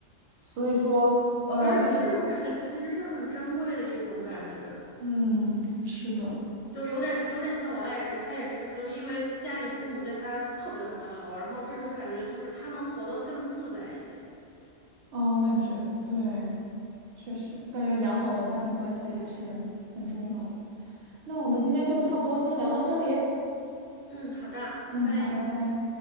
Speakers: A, on the right; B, on the left.
A: 所以说，呃，
B: 可是这种感觉其实是很珍贵的一种感觉。
A: 就是，嗯，是的，
B: 就有点有点像我爱人，他也是，就是因为家里父母对他特别特别好，然后这种感觉就是他能活得更自在一些。
A: 啊，我感觉对，确实，我感觉良好的家庭关系还是很重要的。那我们今天就差不多先聊到这里。
B: 嗯嗯，好的，
A: 嗯，
B: 拜拜。
A: 好，拜拜。